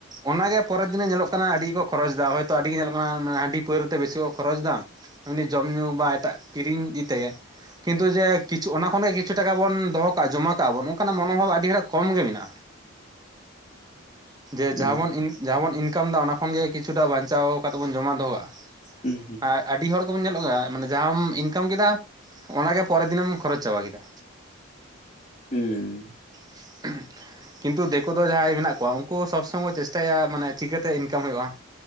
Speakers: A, on the right (about 20°); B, on the left (about 30°).
A: ᱚᱱᱟᱜᱮ‍᱾ ᱯᱚᱨᱮᱨ ᱫᱤᱱᱮ ᱧᱮᱞᱚᱜ ᱠᱟᱱᱟ ᱟᱹᱰᱤ ᱜᱮ ᱠᱚ ᱠᱷᱚᱨᱚᱪ ᱮᱫᱟ ᱦᱚᱭᱛᱚ ᱟᱹᱰᱤ ᱜᱮ ᱧᱮᱞᱚᱜ ᱠᱟᱱᱟ ᱦᱟᱸᱰᱤ ᱯᱟᱹᱣᱨᱟᱹᱛᱮ ᱵᱮᱥᱤ ᱠᱚ ᱠᱷᱚᱨᱚᱪ ᱫᱟ᱾ ᱮᱢᱱᱤ ᱡᱚᱢ ᱧᱩ ᱵᱟ ᱮᱴᱟᱜ ᱠᱤᱨᱤᱧ ᱤᱫᱤ ᱛᱮᱜᱮ᱾ ᱠᱤᱱᱛᱩ ᱡᱮ ᱠᱤᱪᱷᱩ ᱚᱱᱟ ᱠᱷᱚᱱ ᱜᱮ ᱠᱤᱪᱷᱩ ᱴᱟᱠᱟ ᱵᱚᱱ ᱫᱚᱦᱚ ᱠᱟᱜᱼᱟ ᱡᱚᱢᱟ ᱠᱟᱜᱼᱟ ᱵᱚᱱ ᱚᱱᱠᱟᱱᱟᱜ ᱢᱚᱱᱚᱵᱷᱟᱵ ᱟᱹᱰᱤ ᱦᱚᱲᱟᱜ ᱠᱚᱢ ᱜᱮ ᱢᱮᱱᱟᱜᱼᱟ᱾ <unintelligible> ᱡᱮ ᱡᱟᱦᱟᱸ
B: ᱦᱩᱸ
A: ᱵᱚᱱ ᱡᱟᱦᱟᱸ ᱵᱚᱱ ᱤᱱᱠᱟᱢ ᱫᱟ ᱚᱱᱟ ᱠᱷᱚᱱ ᱜᱮ ᱠᱤᱪᱷᱩᱴᱟ ᱵᱟᱧᱪᱟᱣ ᱠᱟᱛᱮᱫ ᱵᱚᱱ ᱡᱚᱢᱟ ᱫᱚᱦᱚᱼᱟ᱾
B: ᱦᱩᱸ
A: ᱟᱨ ᱟᱹᱰᱤ ᱦᱚᱲ ᱟᱨ ᱦᱚᱸ ᱧᱮᱞᱚᱜ ᱢᱟᱱᱮ ᱡᱟᱦᱟᱸᱟᱢ ᱤᱱᱠᱟᱢ ᱠᱮᱫᱟ ᱚᱱᱟᱜᱮ ᱯᱚᱨᱮᱨ ᱫᱤᱱᱮᱢ ᱠᱷᱚᱨᱚᱪ ᱪᱟᱵᱟ ᱠᱮᱫᱟ᱾
B: ᱦᱩᱸ
A: <unintelligible> ᱠᱤᱱᱛᱩ ᱫᱤᱠᱚ ᱫᱚ ᱡᱟᱦᱟᱸᱭ ᱢᱮᱱᱟᱜ ᱠᱚᱣᱟ ᱩᱱᱠᱩ ᱥᱚᱵ ᱥᱚᱢᱚᱭ ᱠᱚ ᱪᱮᱥᱴᱟᱣᱟ ᱢᱟᱱᱮ ᱪᱤᱠᱟᱛᱮ ᱤᱱᱠᱟᱢ ᱦᱩᱭᱩᱜᱼᱟ᱾